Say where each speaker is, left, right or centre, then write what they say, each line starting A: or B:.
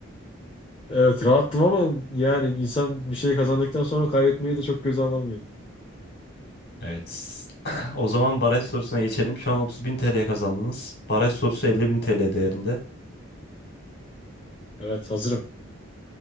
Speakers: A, on the left; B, on the left.
A: Evet rahattım ama yani insan bir şey kazandıktan sonra kaybetmeyi de çok göze alamıyor.
B: Evet. <clears throat> O zaman baraj sorusuna geçelim. Şu an 30 bin TL kazandınız. Baraj sorusu 50 bin TL değerinde.
A: Evet hazırım.